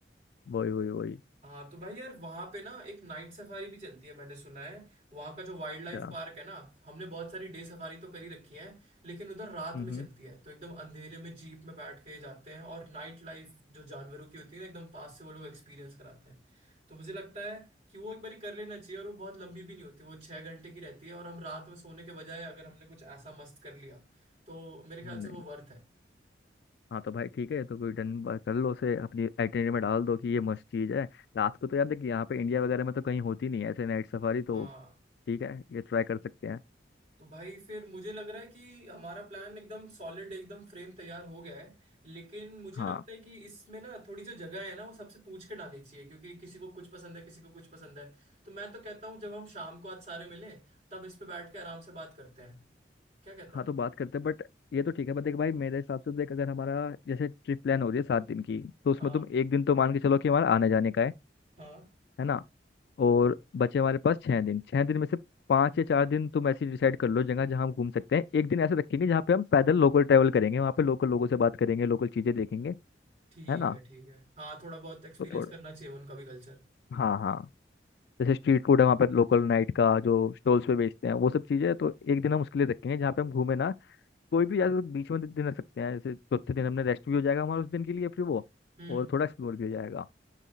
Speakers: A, on the left; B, on the right.
A: वही वही वही
B: हाँ तो भाई यार वहां पे ना एक नाइट सफारी भी चलती है मैंने सुना है वहां का जो वाइल्ड लाइफ
A: अच्छा
B: पार्क है ना हमने बहुत सारी डे सफारी तो करी रखी है लेकिन उधर रात
A: हम्म
B: में चलती है तो एकदम अंधेरे में जीप में बैठ के जाते हैं और नाइट लाइफ जो जानवरों की होती है ना एकदम पास से वो लोग एक्सपीरियंस कराते हैं तो मुझे लगता है कि वो एक बार कर लेना चाहिए और वो बहुत लंबी भी नहीं होती वो छह घंटे की रहती है और हम रात में सोने के बजाय अगर हमने कुछ ऐसा मस्त कर लिया तो मेरे ख्याल से
A: नहीं
B: वो वर्थ है
A: हाँ तो भाई ठीक है ये तो कोई डन बात कर लो उसे अपनी आइटिनरी में डाल दो कि ये मस्त चीज़ है रात को तो यार देखिए यहाँ पे इंडिया वगैरह में तो कहीं होती नहीं है ऐसे नाइट सफारी तो
B: हाँ
A: ठीक है ये ट्राई कर सकते हैं
B: तो भाई फिर मुझे लग रहा है कि हमारा प्लान एकदम सॉलिड एकदम फ्रेम तैयार हो गया है लेकिन मुझे
A: हाँ
B: लगता है कि इसमें ना थोड़ी जो जगह है ना वो सबसे पूछ के डालनी चाहिए क्योंकि किसी को कुछ पसंद है किसी को कुछ पसंद है तो मैं तो कहता हूँ जब हम शाम को आज सारे मिलें तब इस पे बैठ के आराम से बात करते हैं क्या कहता
A: हाँ
B: है
A: तो बात करते हैं बट ये तो ठीक है बट देख भाई मेरे हिसाब से देख अगर हमारा जैसे ट्रिप प्लान हो रही है सात दिन की तो उसमें
B: हाँ
A: तुम एक दिन तो मान के चलो कि हमारा आने जाने का है
B: हाँ
A: है ना और बचे हमारे पास छः दिन छः दिन में से पाँच या चार दिन तुम ऐसे डिसाइड कर लो जगह जहाँ हम घूम सकते हैं एक दिन ऐसे रखेंगे जहाँ पे हम पैदल लोकल ट्रैवल करेंगे वहाँ पे लोकल लोगों से बात करेंगे लोकल चीज़ें देखेंगे
B: ठीक
A: है ना
B: है ठीक है हाँ थोड़ा बहुत एक्सपीरियंस
A: तो थोड़ा
B: करना चाहिए उनका भी कल्चर
A: हाँ हाँ जैसे स्ट्रीट फूड है वहाँ पर लोकल नाइट का जो स्टॉल्स पे बेचते हैं वो सब चीज़ें तो एक दिन हम उसके लिए रखेंगे जहाँ पे हम घूमे ना कोई भी यार बीच में दे दे ना सकते हैं जैसे चौथे दिन हमने रेस्ट भी हो जाएगा हमारा उस दिन के लिए फिर वो
B: हम्म
A: और थोड़ा एक्सप्लोर भी हो जाएगा